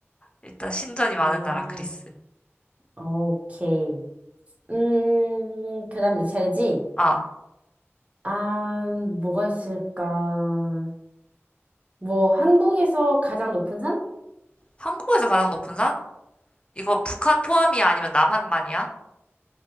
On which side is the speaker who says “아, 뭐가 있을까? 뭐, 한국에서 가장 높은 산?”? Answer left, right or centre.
Right